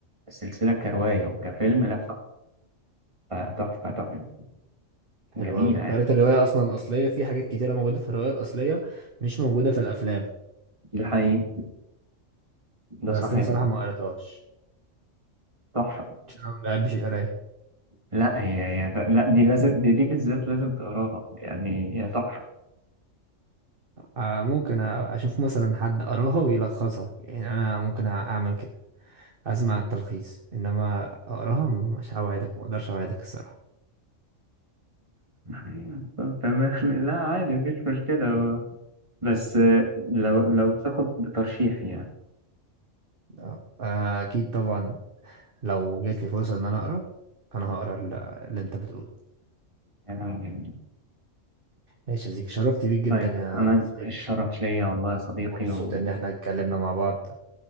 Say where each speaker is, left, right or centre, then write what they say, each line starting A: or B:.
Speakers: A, on the right (about 25°); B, on the right (about 45°).
A: السلسله كروايه وكفيلم لا تحفه تحفه جميله
B: حلو أوي أنت
A: يعني
B: قريت الرواية أصلا أصلية في حاجات كتيرة موجودة في الرواية الأصلية مش موجودة في الأفلام
A: ده حقيقي ده
B: بس
A: صحيح
B: أنا صراحة ما قريتهاش
A: تحفه
B: عشان أنا ما بحبش القراية
A: لا هي هي لا دي لازم دي, دي بالذات لازم تقراها يعني هي تحفه
B: آه ممكن أ- أشوف مثلا حد قراها ويلخصها يعني أنا ممكن أعمل كده اسمع التلخيص انما اقراها مش هوعدك ما اقدرش اوعدك الصراحه
A: أيوة. طب تمام <laughs> لا عادي مفيش مشكلة هو بس آه، لو لو تاخد بترشيح يعني
B: آه، اكيد طبعا لو جات لي فرصه ان انا اقرا انا هقرا ال- اللي انت بتقوله
A: كلام جميل
B: ماشي يا زيك شرفت بيك جدا
A: طيب
B: يا
A: أنا
B: صديقي
A: الشرف ليا والله يا صديقي
B: مبسوط
A: وأنا
B: ان احنا اتكلمنا مع بعض